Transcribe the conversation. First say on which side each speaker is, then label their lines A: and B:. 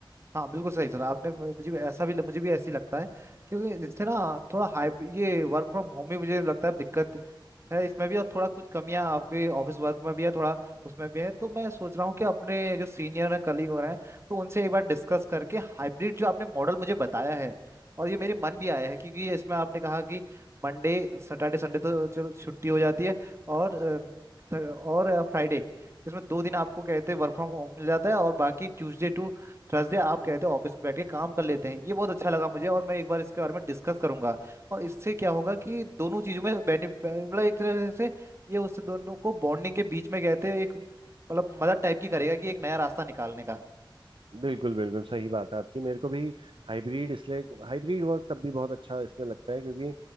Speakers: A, on the right; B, on the right.
A: हाँ बिल्कुल सही सर आपने मु- मुझे भी ऐसा भी मुझे भी ऐसी लगता है क्योंकि जिससे ना थोड़ा हाई ये वर्क फ्रॉम होम भी मुझे लगता है दिक्कत है इसमें भी और थोड़ा कुछ कमियां आपके ऑफिस वर्क में भी है थोड़ा उसमें भी है तो मैं सोच रहा हूँ कि अपने जो सीनियर कलीग हो रहे हैं तो उनसे एक बार डिस्कस करके हाइब्रिड जो आपने मॉडल मुझे बताया है और ये मेरे मन भी आया है क्योंकि ये इसमें आपने कहा कि मंडे सैटरडे संडे तो चलो छुट्टी हो जाती है और अ, सर- और फ्राइडे इसमें दो दिन आपको कहते हैं वर्क फ्रॉम होम मिल जाता है और बाकी ट्यूसडे टू थर्सडे आप कहते हो ऑफिस में बैठ के काम कर लेते हैं ये बहुत अच्छा लगा मुझे और मैं एक बार इसके बारे में डिस्कस करूंगा और इससे क्या होगा कि दोनों चीजों में बेनिफिट मतलब एक तरह से ये उससे दोनों को बॉन्डिंग के बीच में कहते हैं एक मतलब मदद टाइप की करेगा कि एक नया रास्ता निकालने का
B: बिल्कुल बिल्कुल सही बात है आपकी मेरे को भी हाइब्रिड इसलिए हाइब्रिड वर्क तब भी बहुत अच्छा इसलिए लगता है क्योंकि